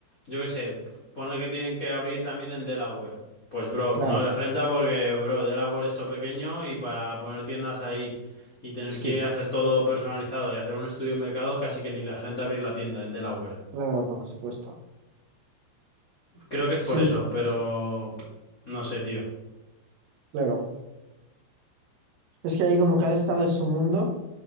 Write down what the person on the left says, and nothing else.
yo qué sé, ponle que tienen que abrir también en Delaware. Pues, bro,
no les renta porque, bro, Delaware es todo pequeño y para poner tiendas ahí y tener
que hacer todo personalizado y hacer un estudio de mercado, casi que ni les renta abrir la tienda en Delaware.
Creo que es
por eso, pero pff, no sé, tío.